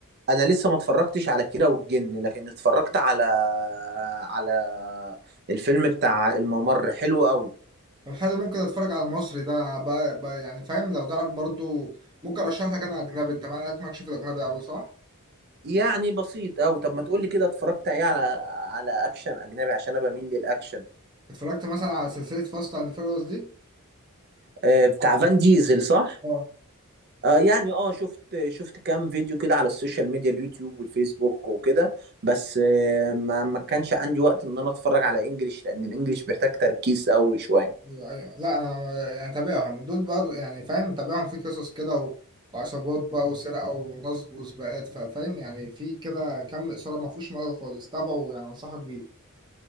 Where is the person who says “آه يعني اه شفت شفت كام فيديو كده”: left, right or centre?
Right